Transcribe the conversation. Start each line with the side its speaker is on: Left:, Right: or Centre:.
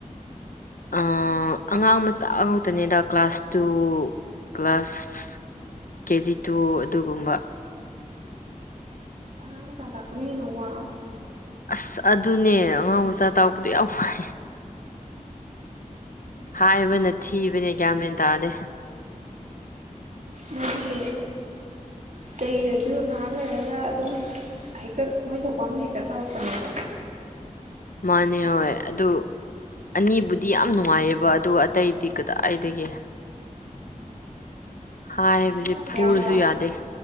Left: ꯑꯥ ꯑꯉꯥꯡ ꯃꯆꯥ ꯉꯥꯛꯇꯅꯤꯗ class two class KG two ꯑꯗꯨꯒꯨꯝꯕ
Right: ꯑꯉꯥꯡ ꯑꯃꯆꯥꯗꯈꯅ ꯍꯅ ꯋꯥ
Left: ꯑꯁ ꯑꯗꯨꯅꯦ ꯑꯉꯥꯡ ꯃꯆꯥ ꯇꯥꯛꯄꯗꯨ ꯌꯥꯝ ꯋꯥꯏ ꯍꯥꯏꯕꯅ ꯊꯤꯕꯅꯦ ꯒ꯭ꯌꯥꯟ ꯃꯦꯟ ꯇꯥꯗꯦ
Right: ꯃꯣꯏꯒꯤ ꯇꯩꯔꯁꯨ ꯉꯥꯏꯍꯥ ꯑꯣꯏꯔꯒ ꯑꯗꯨꯝ ꯍꯦꯛꯇ ꯃꯣꯏ ꯊꯣꯛꯄ ꯑꯃ ꯍꯦꯛꯇ ꯇꯧꯔꯛꯄꯅꯦꯕ
Left: ꯃꯥꯅꯦ ꯍꯣꯏ ꯑꯗꯨ ꯑꯅꯤꯕꯨꯗꯤ ꯌꯥꯝ ꯅꯨꯡꯉꯥꯏꯑꯕ ꯑꯗꯨꯒ ꯑꯇꯩꯗꯤ ꯀꯗꯥꯏꯒꯦ ꯍꯥꯏꯕꯁꯦ
Right: ꯉꯥꯎꯁꯟꯅꯕ
Left: ꯐꯨꯔꯁꯨ
Right: ꯌꯥꯎꯕ꯭ꯔꯥ
Left: ꯌꯥꯗꯦ